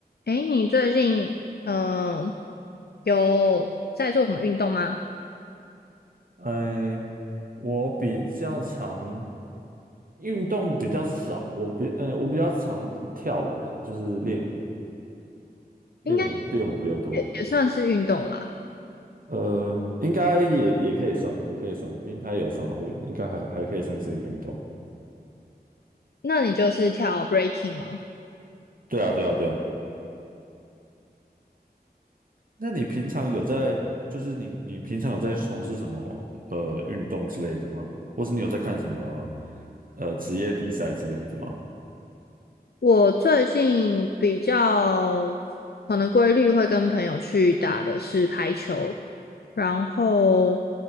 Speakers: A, on the left; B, on the right.
A: 诶，你最近嗯、呃有在做什么运动吗？
B: 哎，我比较常运动比较少，我比哎我比较常跳舞啦，就是练舞练舞练舞比较多。
A: 应该也也算是运动啦。
B: 呃，应该也也可以算，也可以算，毕竟它也有上奥运，应该还还可以算是个运动。
A: 那你就是跳 breaking 吗？
B: 对啊，对啊，对啊。那你平常有在，就是你你平常有在从事什么呃运动之类的吗？或是你有在看什么呃职业比赛之类的吗？
A: 我最近比较可能规律会跟朋友去打的是排球，然后